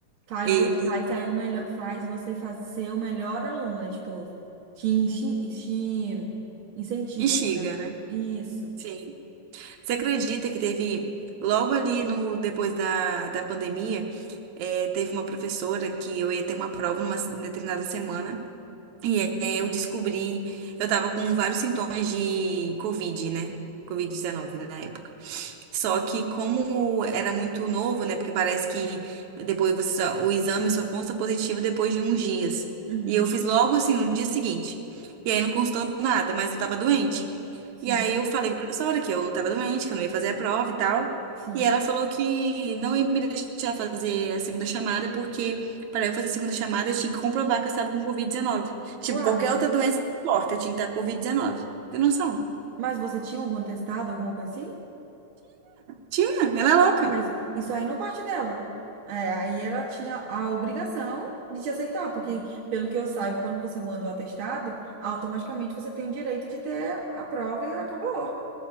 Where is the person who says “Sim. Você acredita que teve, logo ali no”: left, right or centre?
Right